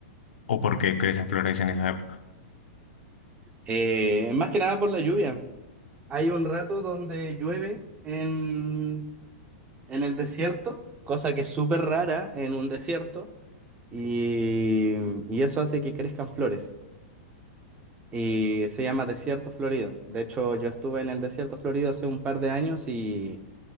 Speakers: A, on the left (about 80°); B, on the right (about 20°).
A: o porque crecen flores en esa época.
B: Eh, más que nada por la lluvia. Hay un rato donde llueve en, en el desierto, cosa que es súper rara en un desierto, y, y eso hace que crezcan flores. Y se llama desierto florido. De hecho, yo estuve en el desierto florido hace un par de años y